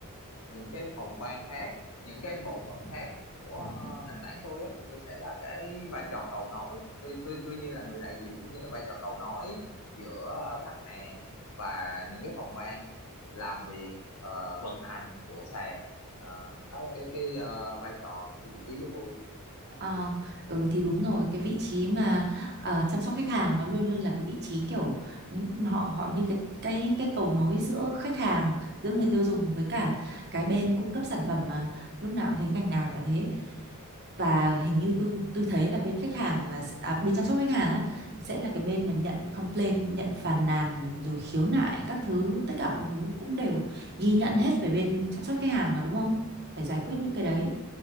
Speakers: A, on the left (about 80°); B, on the right (about 50°).
A: những cái phòng ban khác những cái bộ phận khác của ờ, nền tảng tôi á, thì tôi sẽ là cái vai trò cầu nối tôi tôi tôi như là người đại diện cũng như là vai trò cầu nối giữa ờ, khách hàng và những cái phòng ban làm việc ờ, vận hành của sàn Ờ, đó là cái cái ờ, vai trò cũng như vị trí của tôi
B: Ờ, ừ thì đúng rồi cái vị trí mà ờ, chăm sóc khách hàng nó luôn luôn là cái vị trí kiểu n- họ họ như cái cái cái cầu nối giữa khách hàng giữa người tiêu dùng với cả cái bên cung cấp sản phẩm mà lúc nào cũng thấy ngành nào chả thế và hình như tôi tôi thấy là bên khách hàng là s- à, bên chăm sóc khách hàng á, sẽ là cái bên mà nhận complaint nhận phàn nàn rồi khiếu nại các thứ tất cả mọi thứ cũng đều ghi nhận hết về bên chăm sóc khách hàng mà đúng không phải giải quyết những cái đấy